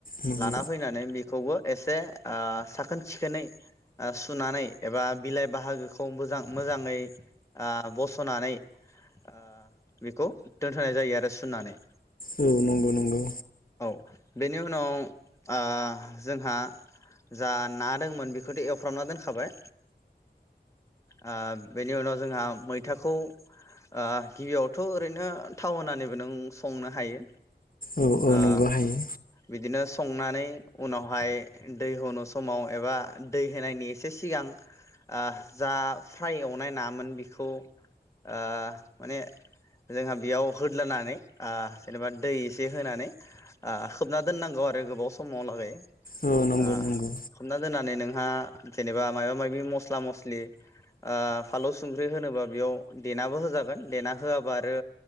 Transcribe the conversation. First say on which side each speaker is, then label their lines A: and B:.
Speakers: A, on the left (about 50°); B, on the left (about 15°).
A: नंगौ
B: लाना फैनानै बेखौबो एसे आ साखोन सिखोनै आ सुनानै एबा बिलाइ बाहागोखौ मोजां आ मोजाङै बस'नानै आ बेखौ दोनथ'नाय जायो आरो सुनानै।
A: औ नंगौ नंगौ।
B: औ बेनि उनाव आ जोंहा जा ना दोंमोन बेखौथ एवफ्रामना दोनखाबाय ओ बेनि उनाव जोंहा मैथाखौ ओ गिबियावथ' ओरैनो थाव होनानैबो नों संनो हायो।
A: औ औ
B: ओ
A: नंगौ हायो
B: बिदिनो संनानै उनावहाय दै होनो समाव एबा दै होनायनि एसे सिगां ओ जा फ्राय एवनाय नामोन बेखौ ओ माने जोंहा बेयाव होद्लानै ओ जेनेबा दै एसे होनानै ओ खोबना दोननांगौ आरो गोबाव समाव लागै। ओ
A: औ नंगौ नंगौ
B: हमना दोननानै नों थाङा जेनेबा मायबा माइबि मसला मसलि ओ फानलु संख्रि होनोबा बेयाव देनाबो होजागोन देना होआबा आरो